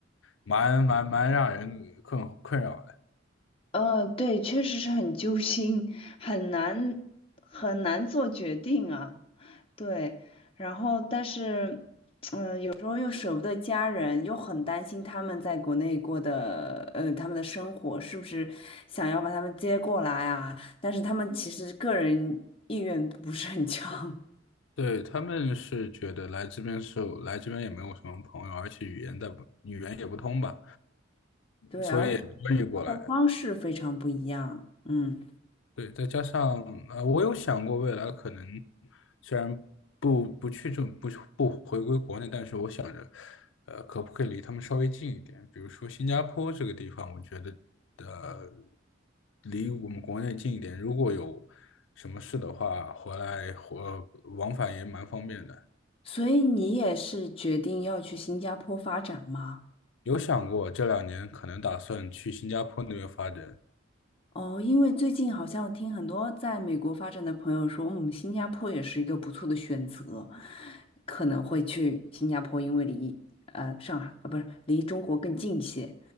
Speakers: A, on the left; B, on the left.
A: 蛮蛮蛮让人困困扰的。
B: 呃，对，确实是很揪心，很难很难做决定啊。对，然后但是有时候又舍不得家人，又很担心他们在国内过的，呃，他们的生活是不是想要把他们接过来啊？但是他们其实个人意愿不是很强，
A: 对，他们是觉得来这边是有来这边也没有什么朋友，而且语言的语言也不通吧，
B: <laughs> 对，
A: 所以也不愿意过来。
B: 而生活方式非常不一样，嗯，
A: 对，再加上呃，我有想过未来可能虽然不不去这不不回归国内，但是我想着，呃，可不可以离他们稍微近一点？比如说新加坡这个地方，我觉得呃，离我们国内近一点，如果有什么事的话，回来或往返也蛮方便的。
B: 所以你也是决定要去新加坡发展吗？
A: 有想过这两年可能打算去新加坡那边发展，
B: 哦，因为最近好像听很多在美国发展的朋友说，嗯，新加坡也是一个不错的选择，可能会去新加坡，因为离呃上海呃不是离中国更近一些。